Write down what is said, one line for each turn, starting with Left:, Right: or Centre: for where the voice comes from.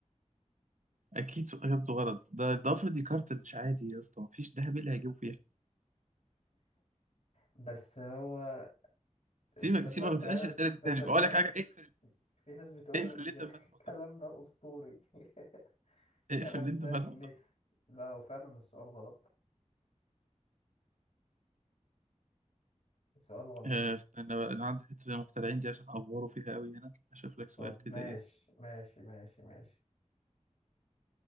Right: اكيد سؤال اجابته غلط ده الضفر دي كارتريدج عادي يا اسطى مفيش دهب إيه اللي هيجيبه فيها
Left: بس هو تصدق
Right: سيبك <laughs> سيبك ما
Left: فعلا
Right: تسالش اسئله
Left: تصدق
Right: تاني بقول
Left: في ناس
Right: لك حاجه اقفل
Left: في ناس بتقول
Right: اقفل
Left: لك
Right: اللي
Left: ده
Right: انت فاتحه
Left: <laughs> الكلام
Right: ده
Left: ده أسطوري <laughs> الكلام
Right: اقفل اللي انت
Left: ده
Right: فاتحه
Left: مثل
Right: ده
Left: لا هو فعلا السؤال غلط السؤال غلط
Right: آه،
Left: يس
Right: استنى بقى انا عندي حته المخترعين دي عشان افوره فيها قوي هنا اشوف لك سؤال
Left: طب
Right: كده
Left: ماشي
Right: ايه
Left: ماشي ماشي ماشي